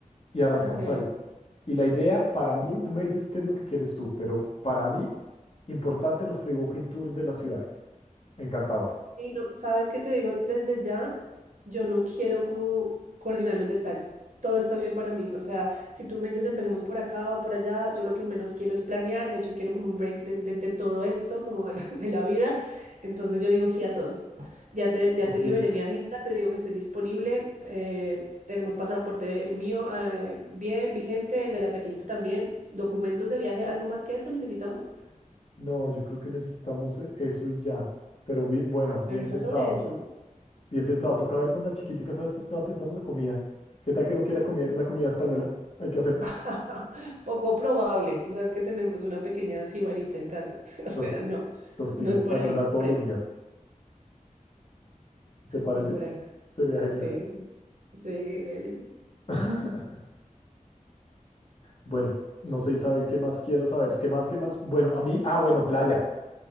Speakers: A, on the left; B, on the right.
A: y arrancamos
B: Ok.
A: ahí. Y la idea para mí, tú me dices qué es lo que quieres tú, pero para mí, importante los free walking tour de las ciudades. Encantador.
B: Y no, ¿sabes qué te digo? Desde ya, yo no quiero como coordinar los detalles. Todo está bien para mí. O sea, si tú me dices empecemos por acá o por allá, yo lo que menos quiero es planear. De hecho, quiero como un break de, de- de todo esto, como de la, <laughs> de la vida. Entonces yo digo sí a todo. Ya te, ya
A: Ok,
B: te liberé mi agenda, te digo que estoy disponible. eh, tenemos pasaporte, el mío, eh, bien, vigente, el de la pequeñita también. Documentos de viaje, ¿algo más que eso necesitamos?
A: no, yo creo que necesitamos eh, eso y ya. Pero bi- bueno, bien
B: Revisa
A: pensado.
B: sobre eso.
A: Bien pensado, toca ver con la chiquitica, ¿sabes qué estaba pensando? La comida. ¿Qué tal que no quiera comer la comida española? ¿Ahí qué hacemos?
B: <laughs> Poco probable. Tú sabes que tenemos una pequeña sibarita en casa. <laughs> O sea,
A: Torti-
B: no,
A: tortilla
B: no es
A: española
B: por ahí,
A: todos
B: fresco.
A: los días. ¿Te parece?
B: No por ahí.
A: Sería genial.
B: Sí, sí, sí, Deli.
A: <laughs> Bueno, no sé, Isabel, ¿qué más quieras saber? ¿Qué más, qué más? Bueno, a mí, ah, bueno, playa.